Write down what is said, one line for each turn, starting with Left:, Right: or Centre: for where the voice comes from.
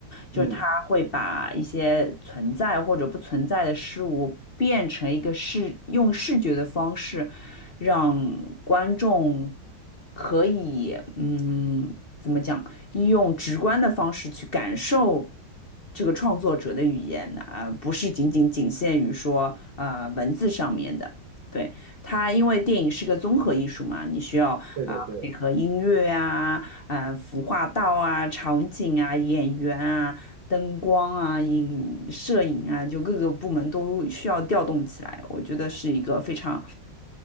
Left: 就是它会把一些存在或者不存在的事物变成一个视，
Right: 嗯，
Left: 用视觉的方式，让观众可以，嗯，怎么讲？用直观的方式去感受这个创作者的语言啊，不是仅仅仅限于说呃文字上面的。对，它因为电影是个综合艺术嘛，你需要啊、
Right: 对对对，
Left: 配合音乐啊、啊、服化道啊、场景啊、演员啊、灯光啊、影摄影啊，就各个部门都需要调动起来。我觉得是一个非常